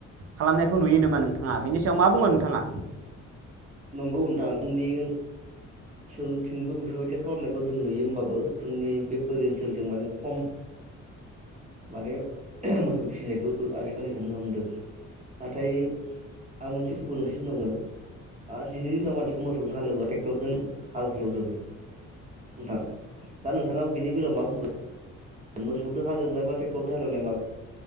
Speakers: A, on the right; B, on the right.
A: खालामनायखौ नुयो नामा नोंथाङा बेनि सायाव मा बुङो नोंथाङा
B: नंगौ नोंथां जोंनिजों ओनसोलथिंबो बेफोरबायदि खालामनायखौ जों नुयो होमबाबो जोंनि बे बोरि ओनसोलथिं माने खम माने मोसौ फिसिनायखौ आजिखालि हमनो हमदों नाथाय आं मोनसे फुखु नोंसिनो दङ आरो दिनैनिनाव मानसिखौ मोसौजों हालेवला ट्रेक्टरजों हालथायावजोबो नोंथाङा दा नोंथाङा बेनि बेलायाव मा बुंगोन मोसौजों हालेवनायबा ट्रेक्टरजों हालेवनाय माबा